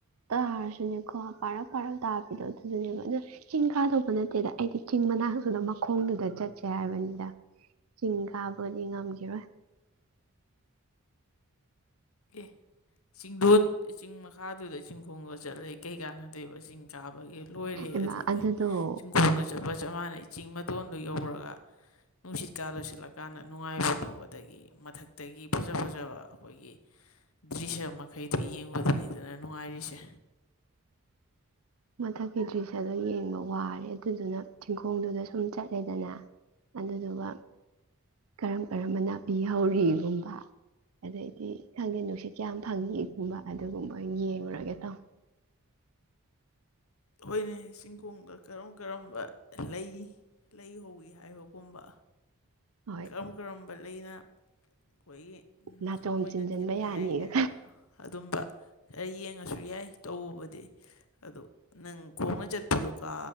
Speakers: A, on the right; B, on the left.
A: ꯇꯥꯔꯁꯨꯅꯦꯀꯣ ꯄꯥꯔꯞ ꯄꯥꯔꯞ ꯇꯥꯕꯤꯗꯣ ꯑꯗꯨꯁꯨꯅꯦꯕ ꯑꯗꯨꯗ ꯆꯤꯡꯈꯥꯗꯣꯛꯄ ꯅꯠꯇꯦꯗ ꯑꯩꯗꯤ ꯆꯤꯡ ꯉꯥꯡꯁꯨꯅ ꯃꯈꯣꯡꯗꯨꯗ ꯆꯠꯁꯦ ꯍꯥꯏꯕꯅꯤꯗ ꯆꯤꯡ ꯀꯥꯕꯨꯗꯤ ꯉꯝꯈꯤꯔꯣꯏ
B: ꯑꯦ ꯆꯤꯡꯗꯣꯟꯤꯡ ꯃꯈꯥꯗꯨꯗ ꯆꯤꯡꯈꯣꯡꯕꯒ ꯆꯠꯂꯦ ꯀꯩ ꯀꯥꯅ ꯑꯩꯕꯁꯤꯡ ꯆꯥꯕꯒꯤ ꯂꯣꯏꯔꯦ
A: ꯏꯃꯥ
B: ꯑꯗꯨꯗꯤ
A: ꯑꯗꯨꯗꯣ
B: ꯆꯤꯡꯈꯣꯡꯗ ꯆꯞꯄ ꯆꯞ ꯃꯥꯟꯅꯩ ꯆꯤꯡ ꯃꯇꯣꯟꯗꯨ ꯌꯧꯔꯒ ꯅꯨꯡꯁꯤꯠ ꯀꯥꯗ ꯁꯤꯠꯂꯀꯥꯟꯗ ꯅꯨꯡꯉꯥꯏꯕꯗꯣ ꯑꯗꯒꯤ ꯃꯊꯛꯇꯒꯤ ꯐꯖ ꯐꯖꯕ ꯑꯩꯈꯣꯏꯒꯤ ꯗ꯭ꯔꯤꯁ ꯃꯈꯩꯗꯨꯣ ꯌꯦꯡꯕꯗꯅꯤꯗꯅ ꯅꯨꯡꯉꯥꯏꯔꯤꯁꯦ
A: ꯃꯊꯛꯀꯤ ꯗ꯭ꯔꯤꯁ ꯑꯗꯨ ꯌꯦꯡꯕ ꯋꯥꯔꯦ ꯑꯗꯨꯗꯨꯅ ꯆꯤꯡꯈꯣꯡꯗꯨꯗ ꯁꯨꯝ ꯆꯠꯂꯦꯗꯅ ꯑꯗꯨꯗꯨꯒ ꯀꯔꯝ ꯀꯔꯝꯕ ꯅꯥꯄꯤꯍꯧꯔꯤꯒꯨꯝꯕ ꯑꯗꯩꯗꯤ ꯈꯪꯗꯦ ꯅꯨꯡꯁꯤꯠ ꯀꯌꯥꯝ ꯐꯪꯏꯒꯨꯝꯕ ꯑꯗꯨꯒꯨꯝꯕ ꯌꯦꯡꯂꯡꯨꯔꯒꯦ ꯇꯧ
B: ꯑꯩꯈꯣꯏꯅꯦ ꯆꯤꯡꯈꯣꯡꯗ ꯀꯔꯝ ꯀꯔꯝꯕ ꯂꯩ ꯂꯩ ꯍꯧꯧꯏꯤ ꯍꯥꯏꯕꯒꯨꯝꯕ
A: ꯍꯣꯏ
B: ꯀꯔꯝ ꯀꯔꯝꯕ ꯂꯩꯅ ꯑꯩꯈꯣꯏꯒꯤ
A: ꯅꯥꯆꯣꯝ
B: ꯑꯆꯨꯝ ꯑꯣꯏꯅ
A: ꯆꯤꯟꯁꯤꯟꯕ
B: ꯊꯦꯠꯄ
A: ꯌꯥꯅꯤꯒ
B: ꯌꯥꯏꯒꯦ ꯍꯥꯏꯕ ꯑꯗꯨꯝꯕ ꯈꯔ ꯌꯦꯡꯉꯁꯨ ꯌꯥꯏ ꯇꯕꯗꯤ ꯑꯗꯨ ꯅꯪ ꯈꯣꯡꯅ ꯆꯠꯄꯗꯣ ꯀꯥ